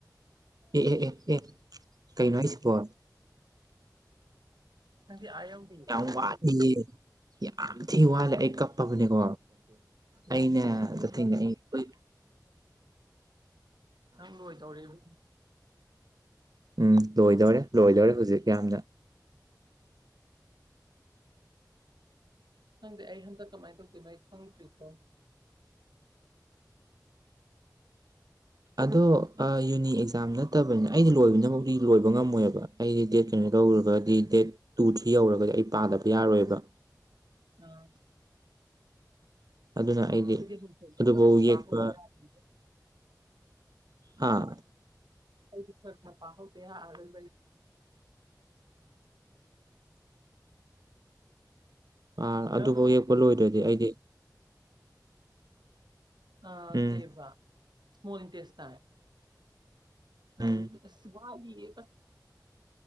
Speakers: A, on the right (about 60°); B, on the right (about 85°).
A: ꯑꯦ ꯑꯦ ꯑꯦ ꯑꯦ ꯀꯩ ꯅ ꯁꯄꯣ
B: ꯅꯪꯗꯤ ꯑꯥ ꯌꯧꯗ꯭ꯔꯤ
A: ꯌꯥꯝ ꯋꯥꯠꯂꯤ ꯌꯥꯝ ꯊꯤ ꯋꯥꯠꯂꯦ ꯑꯩ ꯀꯞꯄꯕꯅꯦꯀꯣ
B: ꯅꯪ
A: ꯑꯩꯅ
B: ꯂꯣꯏ ꯅꯪ
A: ꯀꯊꯦꯡ
B: ꯅꯪ
A: ꯑꯣꯏ
B: ꯅꯪ ꯂꯣꯏ ꯇꯧꯔꯤꯕ
A: ꯎꯝ ꯂꯣꯏꯗꯧꯔꯦ ꯂꯣꯏꯗꯧꯔꯦ ꯍꯧꯖꯤꯛ ꯌꯥꯝꯅ
B: ꯈꯪꯗꯦ ꯑꯩ ꯍꯟꯗꯛ ꯀꯃꯥꯏꯅ ꯇꯧꯗꯣꯏꯅꯣ ꯑꯩ ꯈꯪꯗ꯭ꯔꯤꯀꯣ
A: ꯑꯗꯣ ꯌꯨꯅꯤ ꯑꯦꯛꯖꯥꯝ ꯅꯠꯇꯕꯅꯤꯅ ꯑꯩꯗꯤ ꯂꯣꯏꯕꯅꯕꯨꯥꯎꯗꯤ ꯂꯣꯏꯕ ꯉꯝꯃꯣꯏꯑꯕ ꯑꯩꯗꯤ ꯗꯦꯠ ꯀꯩꯅꯣ ꯀꯗꯧꯔꯒꯗꯤ ꯗꯦꯠ ꯇꯨ ꯊ꯭ꯔꯤ ꯌꯧꯔꯒꯗꯤ ꯑꯩ ꯄꯥꯗꯕ ꯌꯥꯔꯣꯏꯕ
B: ꯑꯝ
A: ꯑꯗꯨꯅ ꯑꯩꯗꯤ
B: ꯍꯧꯖꯤꯛꯇꯤ
A: ꯑꯗꯨꯐꯥꯎ
B: ꯈꯔ ꯈꯔ
A: ꯌꯦꯛꯄ
B: ꯄꯥꯍꯧꯗ ꯌꯥꯔꯣꯏ
A: ꯍꯥꯥ
B: ꯑꯩꯗꯤ ꯈꯔ ꯈꯔ ꯄꯍꯗ ꯑꯔꯏ
A: ꯑꯥ ꯑꯗꯨꯐꯥꯎ
B: ꯅꯪ
A: ꯌꯦꯛꯄ ꯂꯣꯏꯗ꯭ꯔꯗꯤ ꯑꯩꯗꯤ
B: ꯑ ꯑꯣ
A: ꯎꯝ
B: ꯀꯦꯕꯥ ꯁꯃꯨ ꯏꯟꯇꯦꯁ ꯇ ꯅ
A: ꯎꯝ
B: ꯁꯤꯕꯂꯤ ꯀ